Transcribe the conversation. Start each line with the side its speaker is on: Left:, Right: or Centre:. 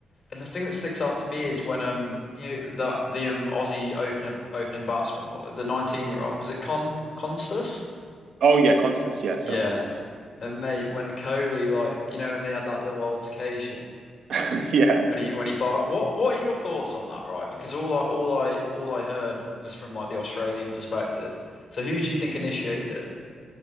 Left: And the thing that sticks out to me is when um you know, that the um Aussie opener opening batsman, what the 19 year old was it Con Constas?
Right: Oh yeah, Constance. Yeah, Sam
Left: Yeah.
Right: Constance.
Left: And mate, when Kohli like you know when they had that little altercation.
Right: <laughs> yeah,
Left: When he when he bought what what are your thoughts on that, right? Because all I all I all I heard was from like the Australian perspective. So who do you think initiated it?